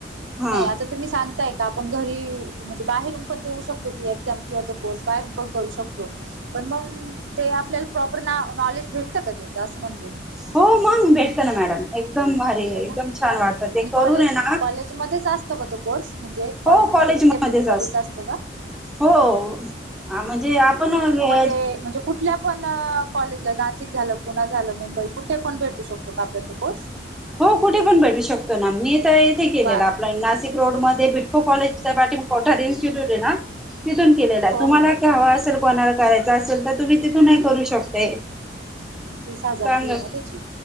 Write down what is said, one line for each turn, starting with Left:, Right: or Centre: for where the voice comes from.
Centre: हा.
Right: नाहीं आंता तुम्हीं सांगि आंता एकदां आपणं घरी म्हणजे बाहेर पणं देऊ शकतो ते एझांम किंवा तो कोर्स बाहेरून पणं करूं शकतो पणं मंग ते आपल्याला प्रॉपर नां नॉलेज भेटतं कां त्यांचं असं म्हणते मी
Centre: हो मंग भेटतं नां मॅडम एकदम भारी
Right: भेटतं
Centre: एकदम
Right: नां
Centre: छान वाटतं ते
Right: आणि
Centre: करून
Right: कॉलेज
Centre: आहे ना
Right: कॉलेज मध्येचं असतं कां तो कोर्स म्हणजे कॉलेजमध्यें
Centre: हो कॉलेजमध्येच
Right: विद्यापीठमध्येंचं असतो कां
Centre: हो म्हणजे आपणं हे
Right: म्हणजे कुंठल्या पणं कॉलेजिक झालं पुणे झालं मुंबई कुंठे पणं भेटूं शकतो आपल्या कोर्स
Centre: हो कुंठे पणं भेटूं शकतो नां मी तरं येथे केलेला
Right: बा
Centre: आपलां नाशिक रोड मध्यें बिटको कॉलेज त्यांपाठी कोठारे यांची आहे नां तीथूंन केलां आहे
Right: हो
Centre: तुम्हांला
Right: हो हो
Centre: हां असेल कोणांला करांयचा असेल तरं तुम्हीं तिथूंन नाहीं करूं शकतां चाललं
Right: तीस हजार फी आहे ना त्याची